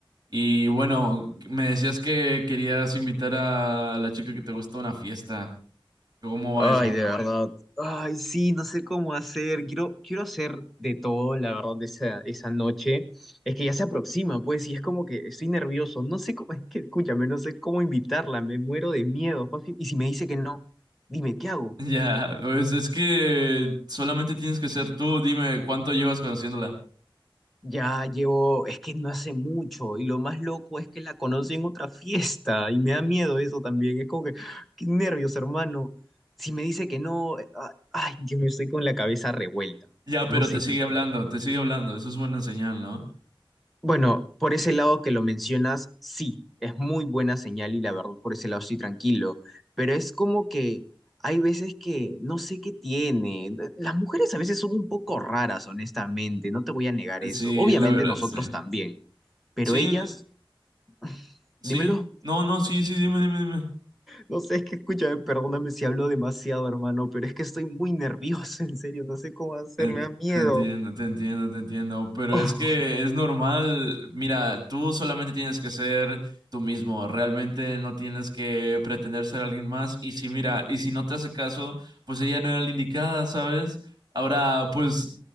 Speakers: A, on the right (about 50°); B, in the centre.
A: Y bueno, me decías que querías invitar a la chica que te gusta a una fiesta. ¿Cómo va
B: Ay,
A: eso?
B: de verdad.
A: <laughs>
B: Ay, sí, no sé cómo hacer. Quiero, quiero hacer de todo, la verdad, de esa, esa noche. Es que ya se aproxima, pues, y es como que estoy nervioso. No sé cómo, <laughs> es que, escúchame, no sé cómo invitarla. Me muero de miedo. Fafi. Y si me dice que no, dime, ¿qué hago?
A: Ya, pues es que solamente tienes que ser tú. Dime, ¿cuánto llevas conociéndola?
B: Ya llevo, es que no hace mucho. Y lo más loco es que la conocí en otra fiesta. Y me da miedo eso también. Es como que, <gasps> qué nervios, hermano. Si me dice que no, eh, ah, ay, Dios mío, estoy con la cabeza revuelta.
A: Ya, pero
B: No sé
A: te sigue
B: qué hacer.
A: hablando, te sigue hablando. Eso es buena señal, ¿no?
B: Bueno, por ese lado que lo mencionas, sí, es muy buena señal y la verdad por ese lado estoy tranquilo, pero es como que hay veces que no sé qué tiene. Las mujeres a veces son un poco raras, honestamente, no te voy a negar
A: Eh,
B: eso.
A: Sí,
B: Obviamente
A: la verdad,
B: nosotros
A: sí.
B: también, pero
A: Sí,
B: ellas, <sighs>
A: sí.
B: dímelo,
A: No, no, sí, sí, dime, dime, dime.
B: no sé, es que escúchame, perdóname si hablo demasiado, hermano, pero es que estoy muy nervioso, <laughs> en serio, no sé cómo hacer,
A: Ent-
B: me da miedo.
A: Te entiendo, te entiendo, te entiendo, pero
B: <laughs>
A: es que es normal, mira, tú solamente tienes que ser tú mismo, realmente no tienes que pretender ser alguien más y si mira, y si no te hace caso, pues ella no era la indicada, ¿sabes? Ahora, pues,